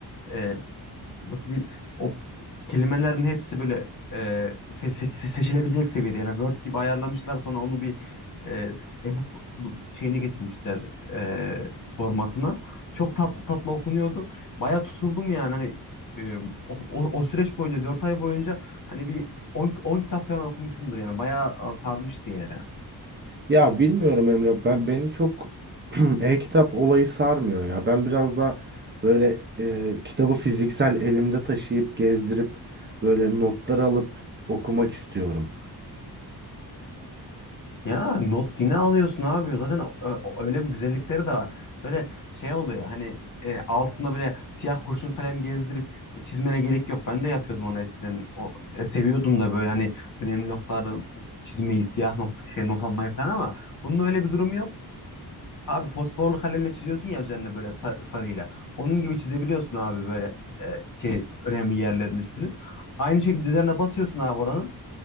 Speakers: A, on the left (about 50°); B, on the right (about 25°).
A: e, nasıl diyeyim o kelimelerin hepsi böyle e, se- se- seçilebilecek seviyede yani Word gibi ayarlamışlar sonra onu bir e, ebook şeyine getirmişler e, formatına. Çok tatlı tatlı okunuyordu. Baya tutuldum yani hani e, o, o, o süreç boyunca 4 ay boyunca hani bir 10 kitap falan okumuşumdur yani bayağı sarmıştı yani.
B: Ya bilmiyorum Emre. Ben beni çok <clears throat> e-kitap olayı sarmıyor ya. Ben biraz da böyle e, kitabı fiziksel elimde taşıyıp gezdirip böyle notlar alıp okumak istiyorum.
A: Ya not yine alıyorsun abi. Zaten ö- ö- öyle bir güzellikleri de var. Böyle şey oluyor hani e, altına böyle siyah kurşun kalem gezdirip e, çizmene gerek yok. Ben de yapıyordum onu eskiden. O e, seviyordum da böyle hani önemli noktaları çizmeyi, siyah not şey not almayı falan ama bunun öyle bir durumu yok. Abi fosforlu kalemle çiziyorsun ya üzerine böyle sa- sarıyla. Onun gibi çizebiliyorsun abi böyle e, şey önemli yerlerin üstünü. Aynı şekilde üzerine basıyorsun abi oranın